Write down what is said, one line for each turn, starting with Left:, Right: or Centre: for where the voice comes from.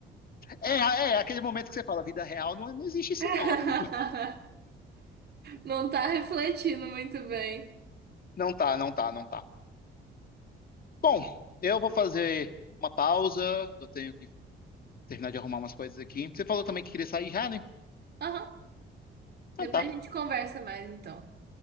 Left: É, é é aquele momento que você fala, vida real, não, não existe isso
Right: <laughs>
Left: não, amigo.
Right: Não tá refletindo muito bem.
Left: Não tá, não tá, não tá. Bom, eu vou fazer uma pausa. Eu tenho que terminar de arrumar umas coisas aqui. Você falou também que queria sair já, né?
Right: Aham.
Left: Então
Right: Depois
Left: tá.
Right: a gente conversa mais, então.